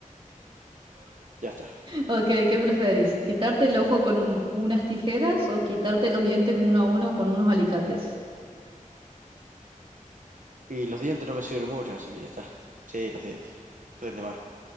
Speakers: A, on the right; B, on the right.
A: ya está.
B: ok, ¿qué preferís? ¿Quitarte el ojo con un- unas tijeras o quitarte los dientes uno a uno con unos alicates?
A: Y los dientes no me sirven mucho, así que ya está. Sí, los dientes. Frente más.